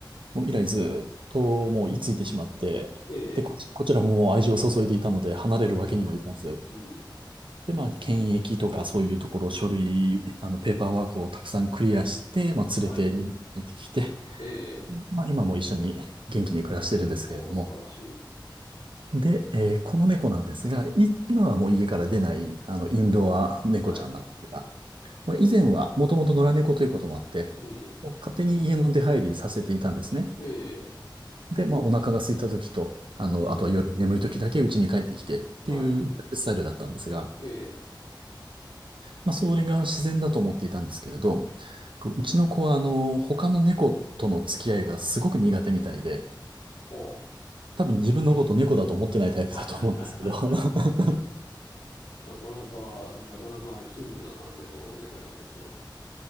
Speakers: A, on the right; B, on the left.
A: もう以来ずーっともう居ついてしまって、
B: ええ。
A: で、こち、こちらももう愛情を注いでいたので離れるわけにもいかず、
B: はい。うん。
A: で、まあ、検疫とかそういうところ、書類、あの、ペーパーワークをたくさんクリアして、まあ、連れて日本に帰ってきて、
B: はい。ええ。
A: まあ、今も一緒に元気に暮らしてるんですけれども、
B: おー、素晴らしい。
A: で、えーこの猫なんですが、い今はもう家から出ない、あの、インドア猫ちゃんなんですが、
B: はい。
A: まあ、以前はもともと野良猫ということもあって、
B: うん。
A: 勝手に家の出入りさせていたんですね。
B: ええ。
A: で、まあ、お腹が空いた時と、あの、
B: うん。
A: あとは夜眠い時だけ家に帰ってきてっていうスタイルだったんですが、
B: はい。ええ。
A: まあ、それが自然だと思っていたんですけれど、こううちの子は、あの、他の猫との付き合いがすごく苦手みたいで、
B: おー。
A: 多分自分のこと猫だと思ってないタイプだと思うんですけど、
B: <laughs>
A: <laughs>
B: なかなか、なかなかキングな感じの猫ちゃんですね。